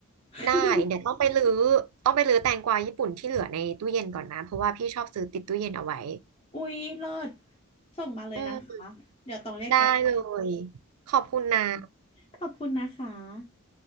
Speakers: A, on the left; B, on the right.
A: <laughs>
B: ได้เดี๋ยวต้องไปรื้อต้องไปรื้อแตงกวาญี่ปุ่นที่เหลือในตู้เย็นก่อนนะเพราะว่าพี่ชอบซื้อติดตู้เย็นเอาไว้
A: อุ๊ยเลิศส่งมาเลยนะคะเดี๋ยวต้องเรียกแกร็บ
B: อืมได้เลยขอบคุณนะ
A: <laughs> ขอบคุณนะคะ